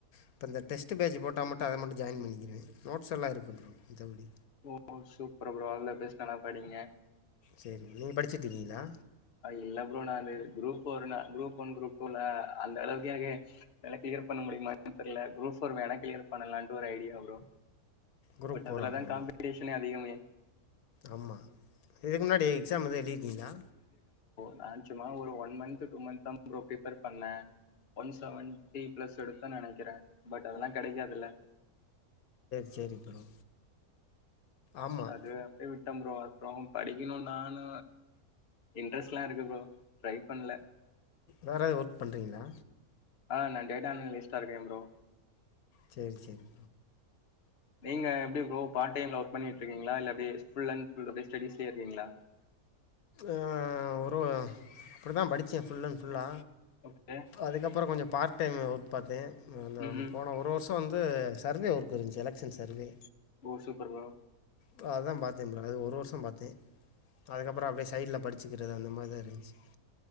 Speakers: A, on the left; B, on the left.
A: இப்போ இந்த டெஸ்டு பேஜ் போட்டா மட்டு அத மட்டு ஜாயின் பண்ணிக்குறுவே நோட்ஸ்லெல்லா இருக்குது ப்ரோ மத்தபடி
B: ஓ சூப்பர் ப்ரோ ஆல்தபெஸ்ட் நல்லா படிங்க
A: செரி நீங்க படிச்சுட்டு இருக்கீங்களா
B: இல்ல ப்ரோ நா அது group four group one group டூல அந்த அளவுக்கு எனக்குக்கு எனக்கு கிளியர் பண்ண முடியுமானு தெரில குரூப் ஃபோர் வேணா கிளியர் பண்ணலான்டு ஒரு ஐடியா ப்ரோ
A: குரூப்
B: பட்
A: ஃபோரா
B: அதுலதா
A: ப்ரோ
B: காம்பிடேஷனே அதிகமே
A: ஆமாம் இதுக்கு முன்னாடி எக்ஸாம் எது எழுதிருக்கீங்ளா
B: நா சும்மா ஒரு ஒன் மன்த் டூ மன்த் தா ப்ரோ ப்ரேபர் பண்ணே ஒன் செவன் செவன்ட்டி பிளஸ் எடுத்தனு நெனைக்கிறே பட் அதெல்லா கெடைக்காதுல்ல
A: சேரி ப்ரோ ஆமாம்
B: அது அப்டியே விட் ட்டே ப்ரோ அப்றோ படிக்கணு நானு இன்ட்ரெஸ்ட்லா இருக்கு ப்ரோ ட்ரை பண்ல
A: வேற எது ஒர்க் பண்றீங்ளா
B: அ நா டேட்டா அனலிஸ்ட்டா இருக்கே ப்ரோ
A: சேரி சேரி
B: நீங்க எப்டி ப்ரோ பார்ட் டைம்ல ஒர்க் பண்ணிட்டு இருக்கீங்களா இல்ல எப்டி ஃபுல் அண்ட் ஃபுல் ஸ்டிஸ்லயே இருக்கீங்களா
A: அ ஒரு அப்பிடி தா படிச்சே ஃபுல் அண்ட் ஃபுல்லா
B: ஓகே
A: அதுக்கப்றோ கொஞ்சோ பார்ட் டைம் ஒர்க் பாத்தே அந்த
B: ம் ம்
A: போன ஒரு வருசோ வந்து சர்வே ஒர்க்கு இருந்துச்சு எலெக்சன் சர்வே
B: ஓ சூப்பர் ப்ரோ
A: ம் அதா பாத்தே ப்ரோ அது ஒரு வருசோ பாத்தே அதுக்கப்றோ அப்டியே சைட்ல படிச்சுக்கிறது அந்த மாரிதா இருந்துச்சு